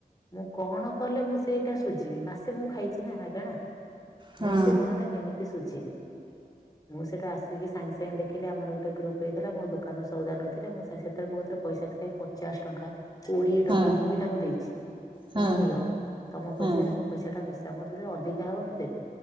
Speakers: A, on the left; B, on the right.
A: ମୁଁ କଣ କଲେ ମୁଁ ସେଇଟା ସୁଝିବି, ମାସେ ମୁଁ ଖାଇଚି ନା ମାଗେଣା।
B: ହଁ
A: ମୁଁ ସେ ଋଣ ଟା କେମିତି ସୁଯିବି? ମୁଁ ସେଇଠୁ ଆସିକି ସାଙ୍ଗେ ସାଙ୍ଗେ ଦେଖିଲି ଆମର ଗୋଟେ ଗ୍ରୁପ ହେଇଥିଲା, ମୋ ଦୋକାନରୁ ସଉଦା ନଉଥିଲା ମୁଁ ସେ ସେତେବେଳେ ମୋ କତିରେ ପଇସା ନଥାଏ ପଚାଶ ଟଙ୍କା। କୋଡିଏ ଟଙ୍କା
B: ହଁ
A: ମୁଁ ବି ତାଙ୍କୁ ଦେଇଛି,
B: ହଁ
A: ମାନେ ନିଅ ତମ ପଇସାରେ
B: ହଁ।
A: ମୁଁ ପଇସା ଟା ମିଶା, ମୋର <unintelligible> ଅଧିକା ହବ ମୁଁ ଦେବି